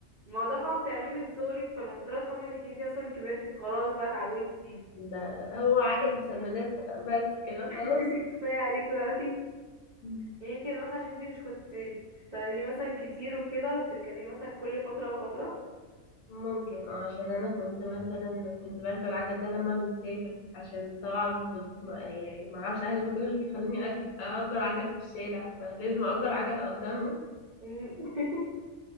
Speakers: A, on the right (about 65°); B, on the left (about 85°).
A: الموضوع فاهمه بتعمليه من صغرك فالمفترض فاهمه انك انت مثلا كبرتي فخلاص بقى اتعودتي
B: لا لا هو عجل بسندات بس كده
A: <laughs>
B: خلاص
A: كفايه عليكي بقى
B: مم.
A: <laughs> يمكن مثلا عشان انت مش كنت بتستخدميه مثلا كتير وكده وبتركبيه مثلا كل فتره وفتره
B: ممكن اه عشان انا كنت مثلا كنت بركب العجل ده لما بنسافر عشان طبعا ما كنت ما يعني ما اعرفش اهلي ما كانوش بيخلوني أج- اجر عجل في الشارع فلازم اجر عجله قدامهم
A: <laughs>